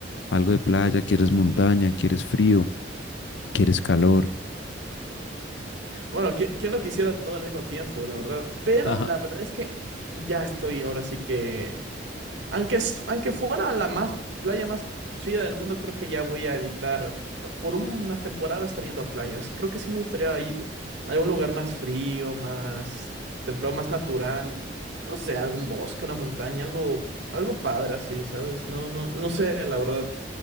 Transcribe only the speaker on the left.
¿Algo de playa? ¿Quieres montaña? ¿Quieres frío? ¿Quieres calor?
<laughs> Ajá.